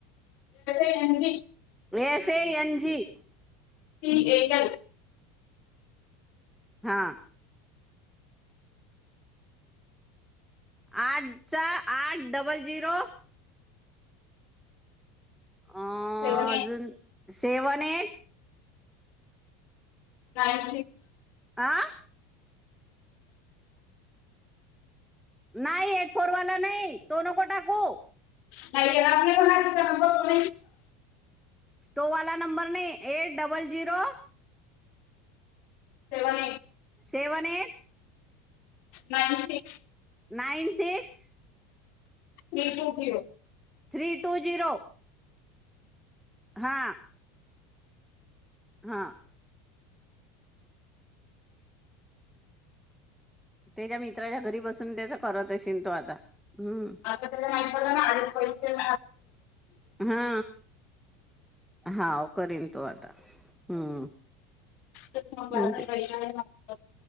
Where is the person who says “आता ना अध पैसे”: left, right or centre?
Left